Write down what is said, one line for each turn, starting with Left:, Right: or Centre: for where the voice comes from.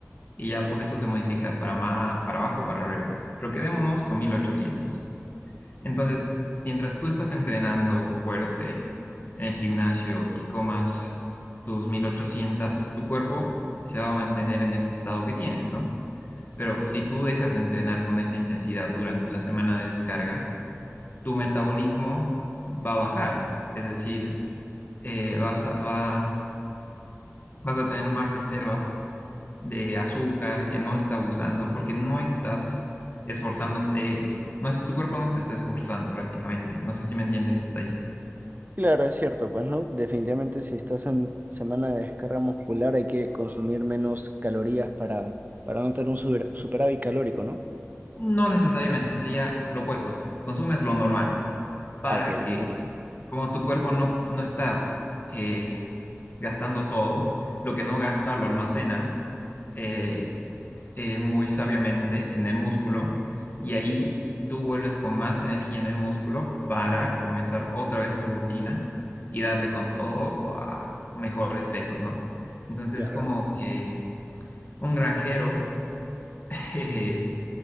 Left: Y ya pues, eso se modifica para, ma- para abajo, para arriba. Pero quedémonos con mil ochocientos Entonces, mientras tú estás entrenando fuerte en el gimnasio y comas tus mil ochocientos tu cuerpo se va a mantener en ese estado que tienes, ¿no? Pero si tú dejas de entrenar con esa intensidad durante la semana de descarga, tu metabolismo va a bajar. Es decir, eh, vas a, va- vas a tener más reservas de azúcar que no está usando porque no estás esforzándote, no es, tu cuerpo no se está esforzando prácticamente. No sé si me entiendes hasta ahí.
Right: Claro, es cierto, pues no, definitivamente si estás en semana de descarga muscular hay que consumir menos calorías para, para no tener un super- superávit calórico, ¿no?
Left: No necesariamente, sería lo opuesto. Consumes lo normal para
Right: Ah, ok, lo
Left: que,
Right: normal.
Left: como tu cuerpo no, no está eh, gastando todo, lo que no gasta lo almacena. eh, eh, muy sabiamente en el músculo y ahí tú vuelves con más energía en el músculo para comenzar otra vez tu rutina y darle con todo a mejores pesos, ¿no? Entonces,
Right: Claro.
Left: como que un granjero <laughs> eh,